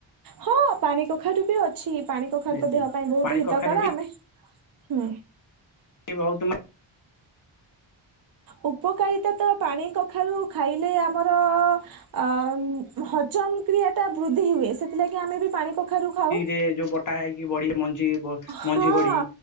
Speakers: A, on the right; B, on the left.
A: ହଁ ପାଣି କଖାରୁୁ ବି ଅଛି, ପାଣି କଖାରୁ
B: ନିଶ୍ଚିନ୍ତ।
A: ତ ଦେହ ପାଇଁ ବହୁତ
B: ପାଣି
A: ହିତକର
B: କଖାରୁ
A: ଆମେ ହୁଁ।
B: ବହୁତ
A: ଉପକାରିତା ତ ପାଣି କଖାରୁ ଖାଇଲେ ଆମର ଅ ହଜମ କ୍ରିୟା ଟା ବୃଦ୍ଧି ହୁଏ ସେଥିଲାଗି ଆମେ ବି ପାଣି କଖାରୁ ଖାଉ।
B: ଏ ଯୋଉ ବଟା ହେଇକି ବଡି ମଞ୍ଜି
A: ହଁ
B: ମଞ୍ଜି ବଢି